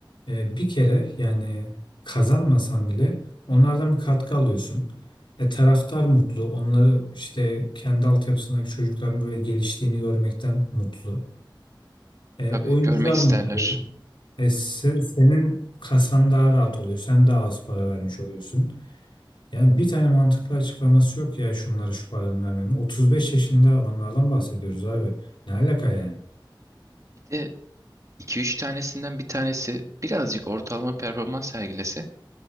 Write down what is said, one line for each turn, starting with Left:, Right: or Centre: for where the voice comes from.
Left: e, bir kere yani kazanmasan bile onlardan bir katkı alıyorsun. E, taraftar mutlu. Onları işte kendi altyapısındaki çocukların böyle geliştiğini görmekten mutlu. E,
Right: Tabii
Left: oyuncular
Right: görmek isterler.
Left: mutlu. E, se- senin kasan daha rahat oluyor. Sen daha az para vermiş oluyorsun. Yani bir tane mantıklı açıklaması yok ya şunlara şu paranı vermenin. 35 yaşında adamlardan bahsediyoruz abi. Ne alaka yani?
Right: Bir de 2 üç tanesinden bir tanesi birazcık ortalama performans sergilese